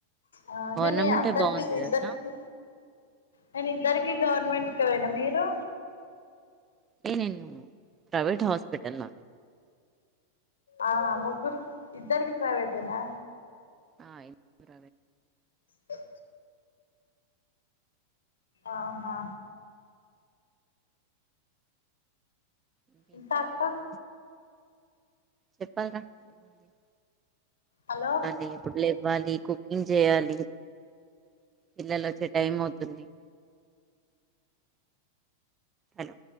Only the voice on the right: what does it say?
గవర్నమెంటే
బాగుంది
తెలుసా
అంటే నేను ప్రైవేట్ హాస్పిటల్
ఆ ఇద్దర
ఇంకెంటి
విష్యలు
చెప్పాలీరా ఏముంది
అన్నీ ఇప్పుడు లే అవ్వాలి కుకింగ్ చేయాలి పిల్లలు వచ్చే టైం అవుతుంది హలో